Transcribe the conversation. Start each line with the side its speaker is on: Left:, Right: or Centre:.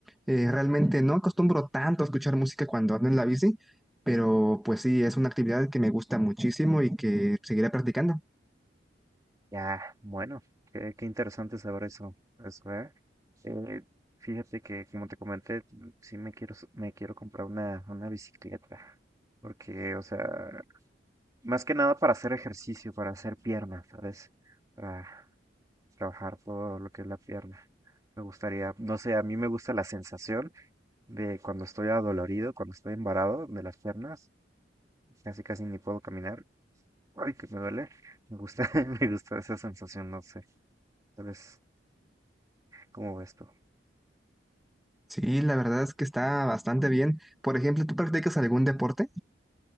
Centre: eh, realmente no acostumbro tanto a escuchar música cuando ando en la bici, pero pues sí, es una actividad que me gusta muchísimo y que seguiré practicando.
Right: Ya, bueno, qué, qué interesante saber eso, eso, ¿eh? Eh, fíjate que, como te comenté, mm, sí me quiero, s- me quiero comprar una, una bicicleta, porque, o sea, más que nada para hacer ejercicio, para hacer piernas, ¿sabes? Para trabajar todo lo que es la pierna. Me gustaría, no sé, a mí me gusta la sensación de cuando estoy adolorido, cuando estoy embarado de las piernas, casi casi ni puedo caminar, ay, que me duele. Me gusta, <laughs> me gusta esa sensación, no sé, tal vez ¿Cómo ves tú?
Centre: Sí, la verdad es que está bastante bien. Por ejemplo, ¿tú practicas algún deporte?